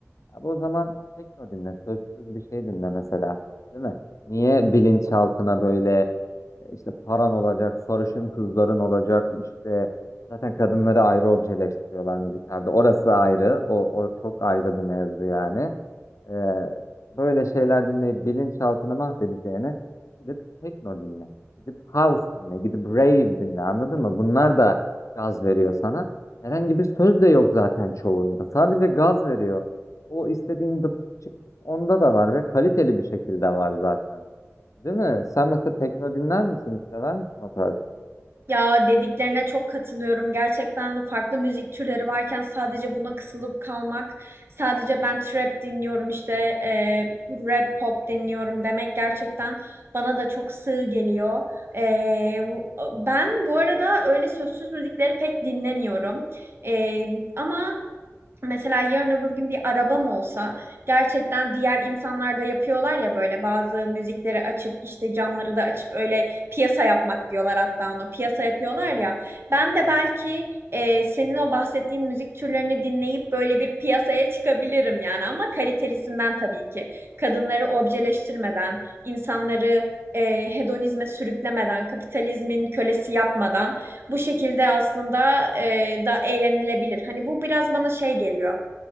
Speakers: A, on the left; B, on the right.
A: Abi o zaman tekno dinle, sözsüz bir şey dinle mesela, değil mi? Niye bilinçaltına böyle e, işte paran olacak, sarışın kızların olacak, işte zaten kadınları ayrı objeleştiriyorlar müziklerde. Orası ayrı, o, o çok ayrı bir mevzu yani. Ee, böyle şeyler dinleyip bilinçaltını mahvedeceğine gidip tekno dinle. Gidip house dinle. Gidip rave dinle. Anladın mı? Bunlar da gaz veriyor sana. Herhangi bir söz de yok zaten çoğunda. Sadece gaz veriyor. O istediğin dıptı çıktı onda da var ve kaliteli bir şekilde var zaten. Değil mi? Sen mesela tekno dinler misin? Hiç Sever misin o tarz?
B: Ya dediklerine çok katılıyorum. Gerçekten farklı müzik türleri varken sadece buna kısılıp kalmak, sadece ben trap dinliyorum işte e, rap pop dinliyorum demek gerçekten bana da çok sığ geliyor. E, bu- ben bu arada öyle sözsüz müzikleri pek dinlemiyorum. E, ama Mesela yarın öbür gün bir arabam olsa gerçekten diğer insanlar da yapıyorlar ya böyle bazı müzikleri açıp işte camları da açıp öyle piyasa yapmak diyorlar hatta onu piyasa yapıyorlar ya. Ben de belki e, senin o bahsettiğin müzik türlerini dinleyip böyle bir piyasaya çıkabilirim yani ama kalitelisinden tabii ki. Kadınları objeleştirmeden, insanları e, hedonizme sürüklemeden, kapitalizmin kölesi yapmadan bu şekilde aslında e, da eğlenilebilir. Hani bu biraz bana şey geliyor.